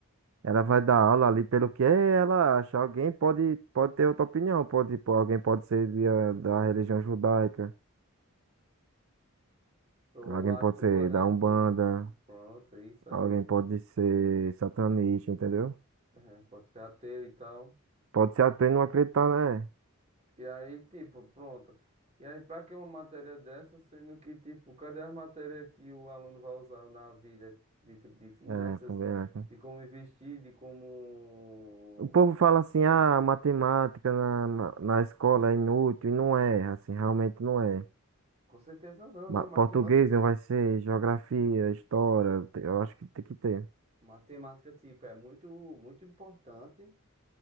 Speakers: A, on the right; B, on the right.
A: Ela vai dar aula ali pelo que ela acha. Alguém pode, pode ter outra opinião, pode, pô, alguém pode ser de, eh, da religião judaica,
B: ou
A: alguém
B: atua,
A: pode ser
B: né,
A: da Umbanda,
B: que pronto, é isso aí.
A: alguém pode ser satanista, entendeu?
B: Aham, Pode ser ateu e tal.
A: Pode ser até não acreditar, né?
B: E aí, tipo, pronto. E aí, pra que uma matéria dessa, sendo que, tipo, cadê as matérias que o aluno vai usar na vida, de tipo, de finanças,
A: É, também é.
B: de como investir, de como.
A: O povo fala assim, ah, matemática na, na, na escola é inútil, e não é, assim, realmente não é.
B: Com certeza não,
A: Ma-
B: né? Matemática.
A: Português não vai ser, geografia, história, te- eu acho que tem que ter,
B: Matemática, tipo, é muito, muito importante.